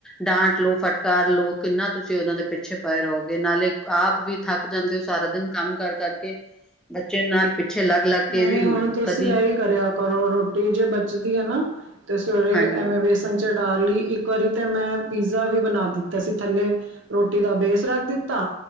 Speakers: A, in the centre; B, on the right.
A: ਡਾਂਟ ਲਓ ਫਟਕਾਰ ਲੋਓ ਕਿੰਨਾ ਤੁਸੀਂ ਉਹਨਾਂ ਦੇ ਪਿੱਛੇ ਪਾਏ ਰਹੋਗੇ ਨਾਲੇ। ਆਪ ਵੀ ਥੱਕ ਜਾਂਦੇ ਹੋ ਸਾਰਾ ਦਿਨ ਕੰਮ ਕਰ ਕਰਕੇ ਬੱਚੇ ਨਾਲ। ਪਿੱਛੇ ਲੱਗ-ਲੱਗ ਕੇ
B: ਨਹੀਂ
A: ਵੀ
B: ਹੁਣ ਤੁਸੀਂ
A: ਕਦੀ
B: ਇਹੀ ਕਰਿਆ ਕਰੋ ਰੋਟੀ ਜੇ ਬਚਦੀ ਐ ਨਾ ਤੇ ਸਵੇਰੇ
A: ਹਾਂਜੀ
B: ਐਵੇਂ ਵੇਸਟ ਸੰਚਰ ਡਾਰ ਲਈ ਇੱਕ ਵਾਰੀ ਤਾਂ ਮੈਂ ਪੀਜ਼ਾ ਵੀ ਬਣਾ ਦਿੱਤਾ ਸੀ ਥੱਲੇ ਰੋਟੀ ਦਾ ਬੇਸ ਰੱਖ ਦਿੱਤਾ।